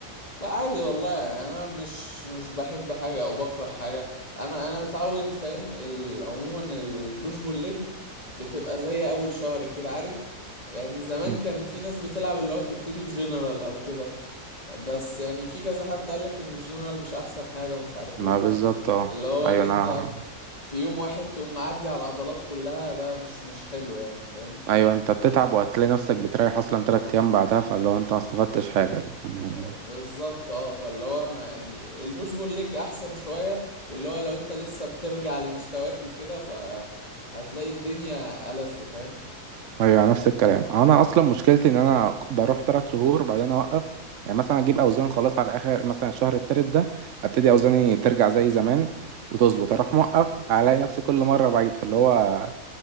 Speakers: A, on the left; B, on the right.
A: لا عادي والله انا مش مش بحب حاجه او بكره حاجه انا انا متعود فاهم ال- عموما البوش بول ليج بتبقى زي اول شهر كده عارف يعني زمان
B: مم.
A: كان في ناس بتلعب اللي هو تبتدي بجنرال او كده بس يعني في كذا حد قالك ان الجنرال مش احسن حاجه ومش عارف
B: ما
A: ايه وكده
B: بالظبط اه
A: اللي هو
B: ايوه
A: ان
B: انا
A: انت في يوم واحد تقوم معدي على العضلات كلها ده مش مش حلو يعني فاهم
B: ايوه انت بتتعب وهتلاقي نفسك بتريح اصلا تلات ايام بعدها فاللي هو انت ما استفدتش حاجه يعني
A: بالظبط اه فاللي هو انا يعني البوش بول ليج احسن شويه واللي هو لو انت لسه بترجع لمستواك وكده فهتلاقي الدنيا ألذ فاهم
B: ايوه نفس الكلام انا اصلا مشكلتي ان انا بروح تلات شهور بعدين اوقف يعني مثلا اجيب اوزان خلاص على اخر مثلا الشهر التالت ده ابتدي اوزاني ترجع زي زمان وتظبط اروح موقف الاقي نفسي كل مره بعيد فاللي هو